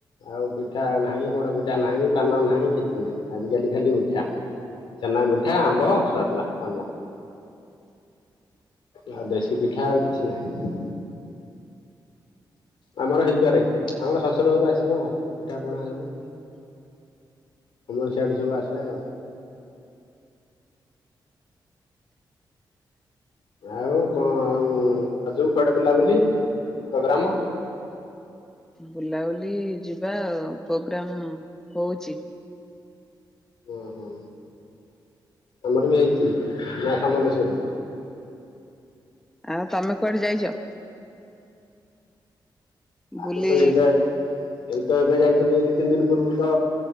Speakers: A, on the left (about 85°); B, in the centre.
A: ଆଉ। ପିଠା ନାହିଁ, ପୋଡ ପିଠା ନାହିଁ, ପାନ ନାହିଁ, କିଛି ନାହିଁ। ଆଜିକାଲି ଖାଲି ମିଠା। ଛେନା, ମିଠା, ଆମ୍ବ ସରିଲା କାମ। ଆ ଦେଶୀପିଠ ଠା ଆଉ କିଛି ନାହିଁ। ଆମର ହେଇପାରେ ଆମର ଶଶୁର ଘରୁ ଆସିବ। ପିଠା ପଣା ସବୁ। ଆମର ସିଆଡୁ ସବୁ ଆସେ ଆଉ। ଆଉ କଣ ଆଉ ରଜକୁ କୁଆଡେ ବୁଲାବୁଲି ପୋଗ୍ରାମ।
B: ବୁଲାବୁଲି ଯିବା ପୋଗ୍ରାମ ହଉଚି।
A: ଓହୋ ଆମର ବି ହେଇଛି। ମା ସାମଲଲେଶ୍ୱେରୀ
B: ଆଉ ତମେ କୁଆଡେ ଯାଇଚ?
A: ଆମେ
B: ବୋଲେ
A: ତ ଏବେ ଏଇ ତ ଏବେ ଯାଇଥିଲି ଦି ତିନି ଦିନ ପୂର୍ବରୁ ତ